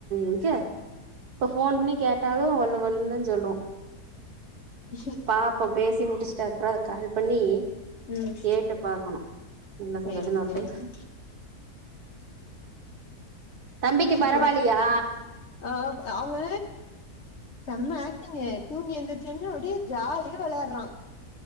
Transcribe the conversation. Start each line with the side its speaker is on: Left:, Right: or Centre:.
Right: எங்க இப்ப போன் பண்ணி கேட்டாலு வல்லு வல்லு தா சொல்லு
Left: சரி
Right: பாப்போ பேசி முடிச்சுட்டு அப்றோ அத கால் பண்ணி
Left: ம்
Right: கேட்டு பாக்கணு என்ன சொல்றதுன்னு
Left: கேளுங்க
Right: ஒரு
Left: கேளுங்க
Right: டைம் தம்பிக்கு
Left: திட்டு
Right: பரவால்லியா
Left: ஆ அவுங்க செம்ம ஆக்டிங்கு தூங்கி எந்திரு சன்னுடி ஜாலியா விளையாடுறா